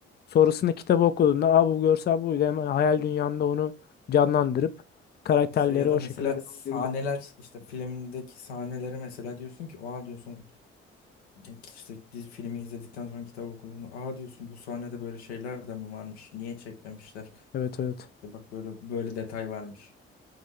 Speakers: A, on the left (about 30°); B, on the left (about 80°).
A: Sonrasında kitabı okuduğunda Aa, bu görsel buydu hemen hayal dünyanda onu canlandırıp karakterleri
B: İşte ya da
A: o
B: mesela
A: şekilde devam
B: sahneler
A: edebiliyor.
B: işte filmdeki sahneleri mesela diyorsun ki oha diyorsun İlk işte dizi, filmi izledikten sonra kitabı okuduğunu aa diyorsun bu sahnede böyle şeyler de mi varmış? Niye çekmemişler?
A: Evet evet.
B: İşte bak böyle böyle detay varmış.